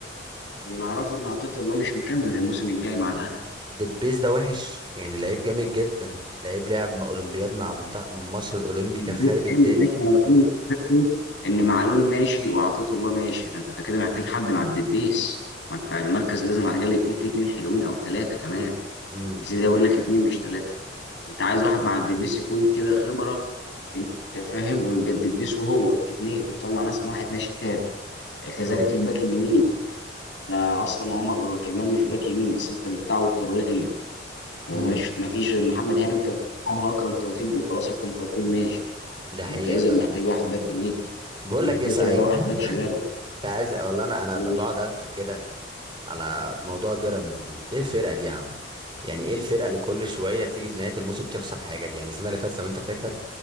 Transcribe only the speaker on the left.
اللي اعرفه ان عطيه الله مش مكمل الموسم الجاي مع الاهلي
الدور
كامل
ماشي انا بتكلم في فكره ان معلول ماشي وعطيه الله ماشي فانت كده محتاج حد مع الدبيس ما انت المركز لازم على الاقل يكون فيه اتنين حلوين او ثلاثه كمان
يا سيدي اقول لك اتنين مش ثلاثه انت عايز واحد مع الدبيس يكون كده خبره انت فاهم ويبقى الدبيس وهو اتنين وطلع مثلا واحد ماشي تاني كذلك
الباك اليمين لا اصلا عمر كمال مش باك يمين بس انت بتلعبه الطريه ومش
ما فيش غير محمد هاني وكان بيلعبها اكرم توفيق وخلاص اكرم توفيق ماشي
انت اذا
محتاج واحد باك يمين
محتاج
كده بقى واحد باك شمال
و-